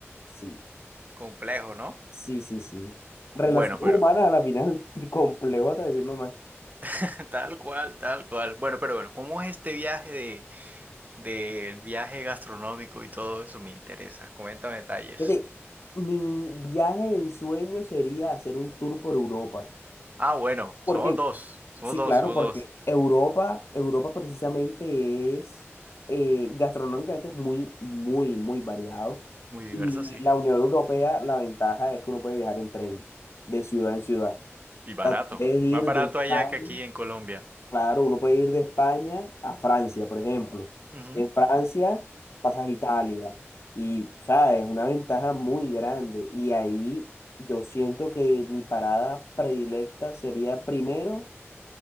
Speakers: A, on the left (about 65°); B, on the right (about 35°).
A: Sí,
B: Complejo, ¿no?
A: sí, sí, sí. Relaciones
B: Bueno, pero...
A: humanas a la final, <laughs> complejo hasta decir nomás.
B: <laughs> Tal cual, tal cual. Bueno, pero bueno, ¿cómo es este viaje de del viaje gastronómico y todo eso? Me interesa. Coméntame detalles.
A: Fíjate, mi viaje en sueño sería hacer un tour por Europa.
B: Ah, bueno, somos
A: Porque
B: dos, somos
A: Sí,
B: dos,
A: claro,
B: somos
A: porque
B: dos.
A: Europa, Europa precisamente es, eh, gastronómicamente es muy, muy, muy variado.
B: Muy diverso,
A: Y
B: sí.
A: la Unión Europea, la ventaja es que uno puede viajar en tren, de ciudad en ciudad.
B: Y barato.
A: O sea, tú puedes ir
B: Más barato
A: de España,
B: allá que aquí en Colombia.
A: claro, uno puede ir de España a Francia, por ejemplo.
B: Ujú.
A: En Francia pasas a Italia. Y, sabes es una ventaja muy grande. Y ahí yo siento que mi parada predilecta sería primero